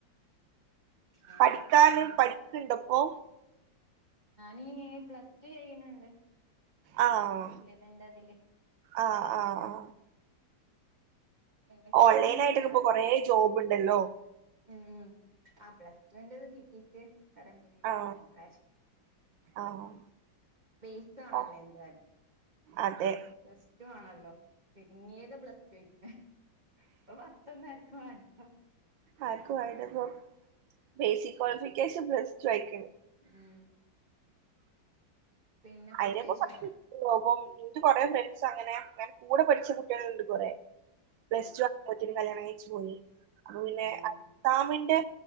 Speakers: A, on the right; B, on the right.
A: അങ്ങനെ
B: പഠിക്കാനും പഠി ക്കെ ഇണ്ടപ്പോ
A: ഞാനീ പ്ലസ് ടു ചെയ്യണണ്ട്
B: ആഹ്
A: തുല്യതന്റെ അതില്
B: ആഹ് ആഹ്
A: കഴിഞ്ഞിട്ട്
B: ഓൺലൈൻ
A: എന്തെങ്കിലൊക്കെ
B: ആയിട്ടൊക്കെ ഇപ്പൊ കൊറേ ജോബ് ഉണ്ടല്ലോ
A: ഉം ഉം ആഹ് പ്ലസ്ടുന്റെത് കിട്ടീട്ട് വേറെ എന്തെലുംക്കെ
B: ആഹ്
A: നോക്കാൻ
B: ആഹ്
A: ബേസ് ആണല്ലോ
B: ഓ
A: എന്ത് കാര്യത്തിന്
B: അതെ
A: പ്ലസ് ടു ആണല്ലോ ചുരുങ്ങിത് പ്ലസ് ടു ക്കെ ഇപ്പൊ പത്തൊന്നരക്കും വേണ്ട
B: ആർക്കും വേണ്ടപ്പ ബേസിക് ക്വാളിഫിക്കേഷൻ പ്ലസ് ടു ആയിക്കണ്
A: ഉം പിന്നെ
B: അയിനിപ്പ
A: ഫുഡ് കഴിച്ചോ
B: <unintelligible> പോകോം ഇവിടെ കൊറ ഫ്രണ്ട്സാ അങ്ങനെ ഞാൻ കൂടെ പഠിച്ച കുട്ടികളുണ്ട് കൊറ പ്ലസ്
A: ആഹ്
B: ടു ആക്കുംബോതിനു കല്യാണം കഴിച്ചു പോയി അപ്പൊ പിന്നെ
A: ആഹ്
B: എക്സാംമിന്റെ